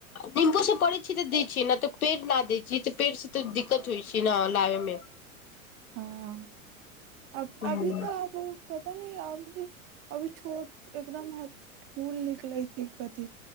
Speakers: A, on the left; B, on the right.
A: निम्बू से पड़ै छी तऽ दै छी ने तऽ पेड़ ना दै छी तऽ पेड़ से तऽ दिक्कत होइ छै ने लाबे मे
B: हँ अब अभी
A: हूँ
B: तऽ अब पता नहि अभी अभी छोट एकदम ह फूल निकलैत छै कथी